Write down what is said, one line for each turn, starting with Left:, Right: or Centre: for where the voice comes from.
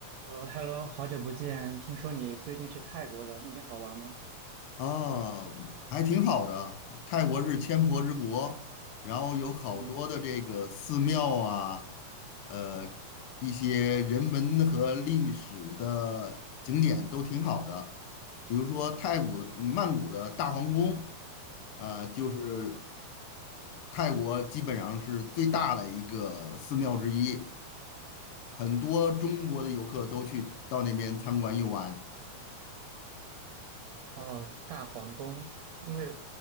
Right: 呃，Hello，好久不见，听说你最近去泰国了，那边好玩吗？
Left: 啊，还挺好的。泰国是千佛之国，然后有好多的这个寺庙啊，
Right: 嗯
Left: 呃，一些人文和历史的景点都挺好的。比如说泰国曼谷的大皇宫，呃，就是
Right: 嗯。
Left: 泰国基本上是最大的一个寺庙之一，很多中国的游客都去到那边参观游玩。
Right: 哦，大皇宫，因为，